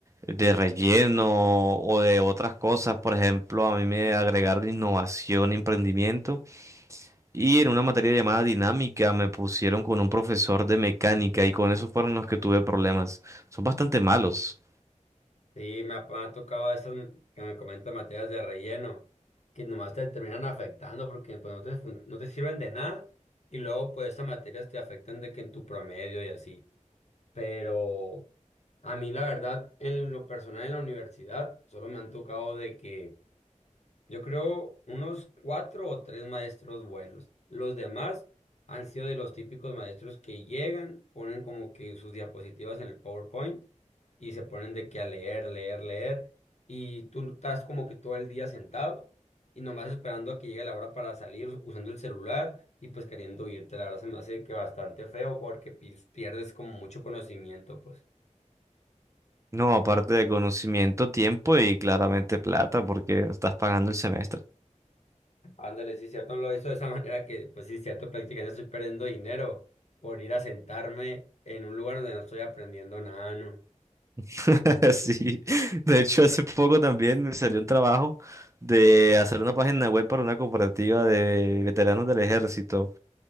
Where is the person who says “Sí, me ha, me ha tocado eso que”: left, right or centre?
Left